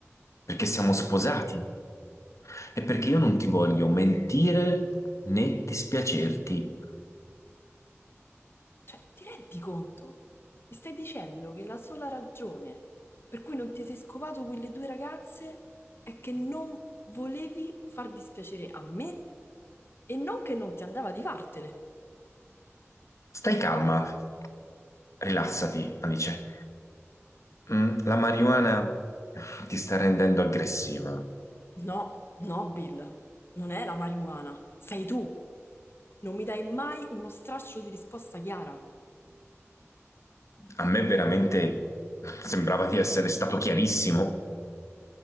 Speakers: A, on the left; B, on the left.
A: perché siamo sposati e perché io non ti voglio mentire né dispiacerti.
B: Cioè, ti rendi conto? Mi stai dicendo che la sola ragione per cui non ti sei scovato quelle due ragazze è che non volevi far dispiacere a me e non che non ti andava di fartele.
A: Stai calma, rilassati, Alice. Mm, la marijuana ti sta rendendo aggressiva.
B: No, no, Bill, non è la marijuana, sei tu. Non mi dai mai uno straccio di risposta chiara.
A: A me veramente sembrava di essere stato chiarissimo.